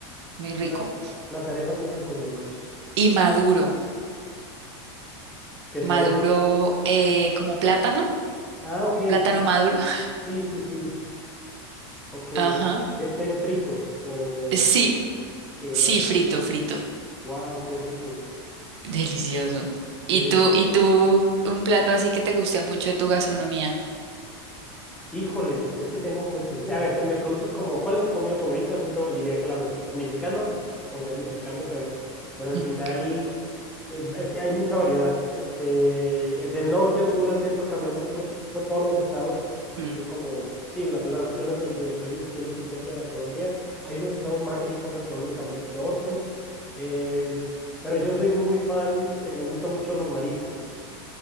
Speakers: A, on the right (about 75°); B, in the centre.
A: muy rico.
B: Las, las arepas sí las he comido, eso sí.
A: Y maduro,
B: ¿Que es
A: maduro
B: maduro?
A: eh, como plátano,
B: Ah, ok,
A: plátano
B: sí,
A: maduro. <laughs>
B: sí, sí, sí, ok.
A: Ajá.
B: Este es frito, o
A: Sí,
B: sí, ¿verdad?
A: sí, frito, frito.
B: wow, qué rico.
A: Delicioso.
B: Ok,
A: ¿Y tú, y tú, un plato así que te guste mucho de tu gastronomía?
B: híjole, es que tengo muchos. A ver, si me preguntas como, ¿cuál es tu comida favorita? Siempre diría que la mefi- mexicana, pues por, por ser mexicano, pero, pero al
A: Mm.
B: final... Eh, eh, hay mucha variedad. Este, el del norte al sur, al centro cambia mucho. Creo que por todos los estados
A: Mm.
B: que son como, sí, las, las regiones del, del país tienen su propia gastronomía. Hay unos estados más ricos gastronómicamente que otros. Eh, pero yo soy muy fan, eh, me gustan mucho los mariscos